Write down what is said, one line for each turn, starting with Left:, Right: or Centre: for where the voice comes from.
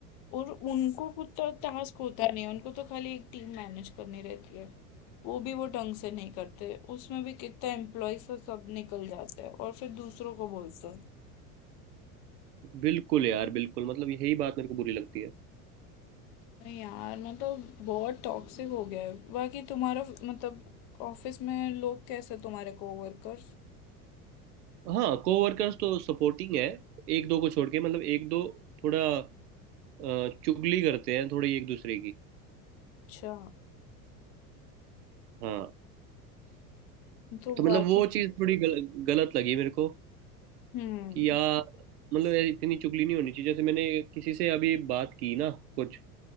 Left: और उनको खुद तो टास्क होता नहीं है उनको तो खाली एक टीम मैनेज करनी रहती है वो भी वो ढंग से नहीं करते उसमें भी कितना एम्प्लॉयज सब निकल जाते हैं और फिर दूसरों को बोलते हैं
Right: बिल्कुल यार बिल्कुल मतलब यही बात मेरे को बुरी लगती है
Left: नहीं यार मतलब बहुत टॉक्सिक हो गया है बाकी तुम्हारा मतलब ऑफिस में लोग कैसे तुम्हारे कोवर्कर्स
Right: हाँ कोवर्कर्स तो सपोर्टिंग है एक दो को छोड़ के मतलब एक दो थोड़ा अ, चुगली करते हैं थोड़ी एक दूसरे की
Left: अच्छा
Right: हाँ
Left: तो
Right: तो मतलब
Left: बाकी
Right: वो चीज़ थोड़ी गल, गलत लगी मेरे को
Left: हम्म
Right: कि यार मतलब यार इतनी चुगली नहीं होनी चाहिए जैसे मैंने किसी से अभी बात की ना कुछ